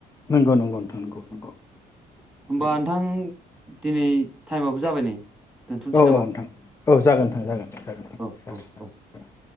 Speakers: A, on the left (about 15°); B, in the centre.
A: नंगौ नंगौ नोंथां नंगौ नंगौ
B: होमबा
A: नंगौ।
B: नोंथां दिनै टाइमाबो जाबाय नै। दोन्थ'नोसै
A: औ
B: नामा?
A: औ नोंथां औ जागोन थां जागोन जागोन थां जागोन
B: औ औ
A: जागोन।
B: औ